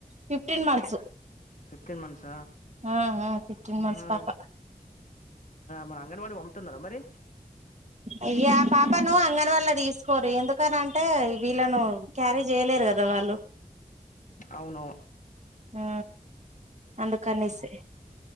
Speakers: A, on the right; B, on the left.
A: ఫిఫ్టీన్ మంత్స్
B: ఫిఫ్టీన్ మంత్స
A: ఆ ఆ ఫిఫ్టీన్
B: ఆ
A: మంత్స్ పాప
B: మన అంగన్వాడీకి పంపపుతున్నారా మరి
A: అయ్యా పాప నువ్వు అంగన్ వాల్ళ తీసుకోరు ఎందుకని అంటే వీళ్ళను క్యారేజ్ చేయలేరు కదా వాళ్ళు
B: అవును
A: ఆ అందుకనేసే